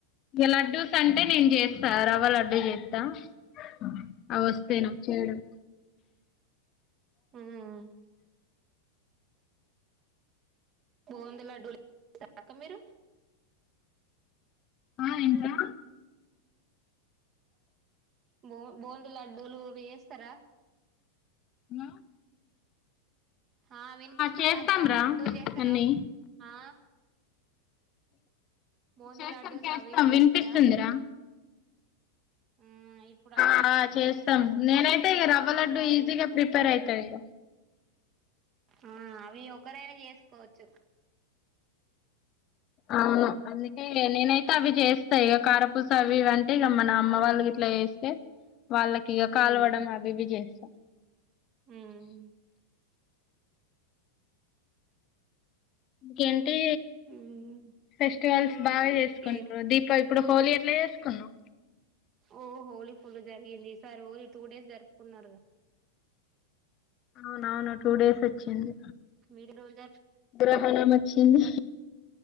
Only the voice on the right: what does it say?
ఉమ్ బోంది లడ్డూలు సాక మీరు
బూ బూందీ లడ్డలు వేస్తారా
హ వినిపిస్తుందా
అక్క
లడ్డూలు చేస్తారా
ఆ బూందీ
లడ్డూస్
అవి ఇవి
చేస్తారా ఆ ఇప్పుడు
అవే
ఎక్కువ
చేస్తారు స్వీట్లు
ఐటమ్స్
బాగా
చేస్తారు
ఆ అవి ఒకరైనా చేసుకోవచ్చు
ఉమ్
ఉమ్
ఉమ్
ఏం
ఓ హోలీ ఫుల్ జరిగింది ఈ సార్ ఓలీ టూ డేస్ జరుపుకున్నారు
మీరు రోజ